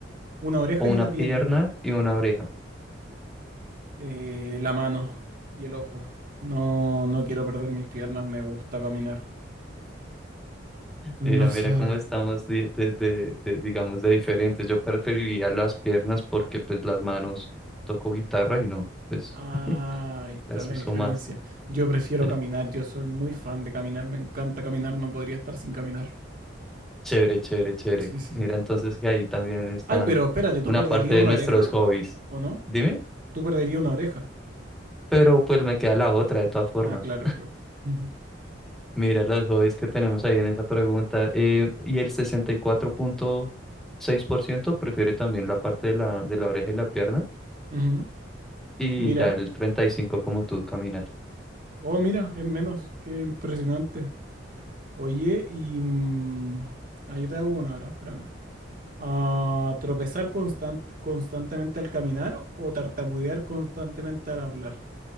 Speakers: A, on the right; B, in the centre.
A: una oreja
B: O una
A: y una
B: pierna
A: pierna?
B: y una oreja.
A: Eh, la mano y el ojo. No, no quiero perder mis piernas, me gusta caminar.
B: Mira,
A: No
B: mira
A: sé.
B: cómo estamos de, de- de- de- digamos, de diferentes. Yo preferiría las piernas porque pues las manos toco guitarra y no, pues
A: Ah, ahí está
B: las
A: la
B: uso
A: diferencia.
B: más.
A: Yo prefiero
B: Sí.
A: caminar, yo soy muy fan de caminar, me encanta caminar, no podría estar sin caminar.
B: Chévere, chévere, chévere.
A: Sí, sí.
B: Mira,
A: sí.
B: entonces que ahí también están
A: Ay, pero espérate, ¿tú
B: una
A: perderías
B: parte de
A: una
B: nuestros
A: oreja?
B: hobbies.
A: ¿O no?
B: Dime,
A: ¿Tú perderías una oreja?
B: pero pues me queda la otra de todas formas.
A: Ah, claro, claro. Ujú,
B: Mira los hobbies que tenemos ahí en esa pregunta. eh, y el sesenta y cuatro punto seis por ciento prefiere también la parte de la, de la oreja y la pierna
A: ujú.
B: y
A: Mira,
B: ya el 35 como tú caminar.
A: oh, mira, es menos, qué impresionante. Oye, y... mm, ah, yo te hago una ahora, espérame. Ah, ¿tropezar constant- constantemente al caminar o tartamudear constantemente al hablar?